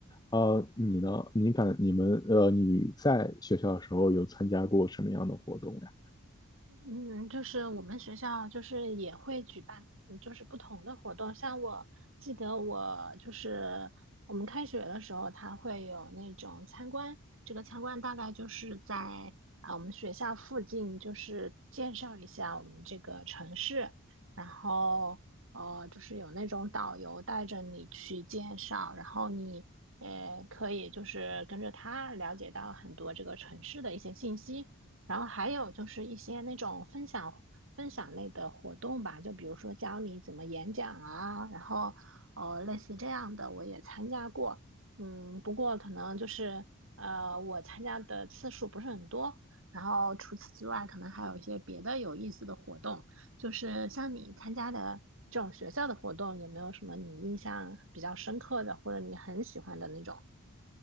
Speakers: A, on the left; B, on the right.
A: 呃，你呢？你感你们呃，你在学校的时候有参加过什么样的活动呀？
B: 嗯，就是我们学校就是也会举办，嗯就是不同的活动。像我记得我就是我们开学的时候，它会有那种参观。这个参观大概就是在啊我们学校附近，就是介绍一下我们这个城市，然后呃就是有那种导游带着你去介绍，然后你呃可以就是跟着他了解到很多这个城市的一些信息。然后还有就是一些那种分享分享类的活动吧，就比如说教你怎么演讲啊，然后呃类似这样的我也参加过，嗯，不过可能就是呃我参加的次数不是很多，然后除此之外可能还有一些别的有意思的活动，就是像你参加的这种学校的活动，有没有什么你印象比较深刻的，或者你很喜欢的那种？